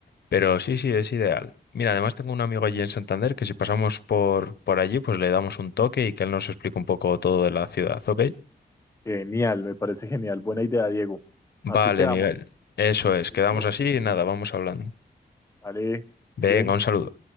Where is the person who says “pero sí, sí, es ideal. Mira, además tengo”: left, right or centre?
Left